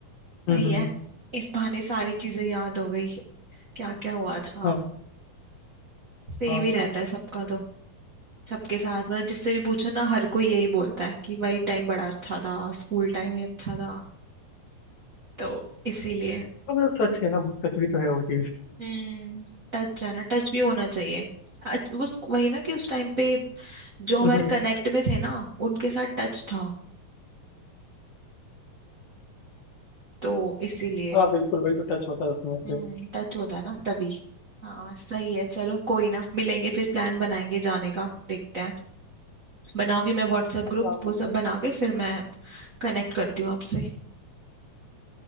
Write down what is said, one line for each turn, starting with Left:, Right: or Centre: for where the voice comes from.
Left: हम्म
Right: वही
Left: हम्म
Right: है
Left: हम्म,
Right: इस बहाने सारी चीजें याद हो गई क्या क्या हुआ था
Left: हाँ
Right: सेम
Left: हाँ
Right: ही
Left: हाँ,
Right: रहता है सबका तो सबके साथ मतलब जिससे भी पूछो ना हर कोई यही बोलता है कि वही टाइम बड़ा अच्छा था स्कूल टाइम ही अच्छा था तो इसीलिए
Left: मतलब सच है ना सच भी तो है वो चीज
Right: हम्म टच जाना टच भी होना चाहिए अच- वो स्क- वही ना कि उस टाइम पे जो हमारे
Left: हम्म हम्म,
Right: कनेक्ट में थे ना उनके साथ टच था तो इसीलिए
Left: हाँ बिल्कुल वही तो टच होता है उसमें से
Right: हम्म टच होता है ना तभी हाँ सही है चलो कोई ना मिलेंगे फिर प्लान बनाएंगे जाने का देखते हैं बनाऊंगी मैं व्हाट्सएप ग्रुप
Left: हाँ
Right: वो
Left: बिल्कुल
Right: सब बना के फिर मैं कनेक्ट करती हूँ आपसे